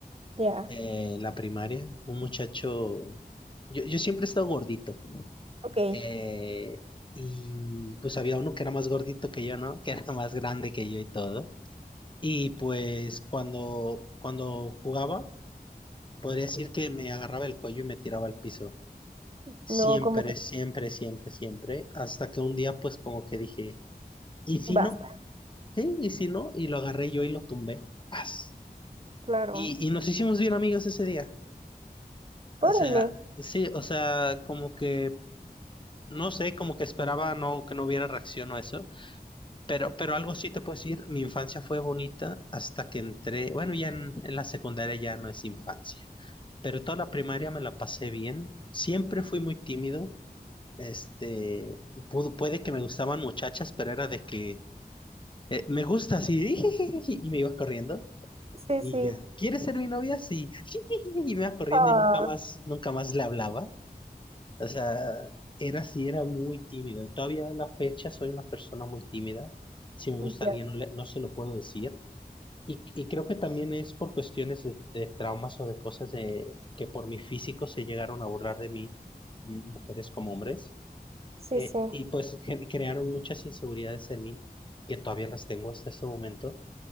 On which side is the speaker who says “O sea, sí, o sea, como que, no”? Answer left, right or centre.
Left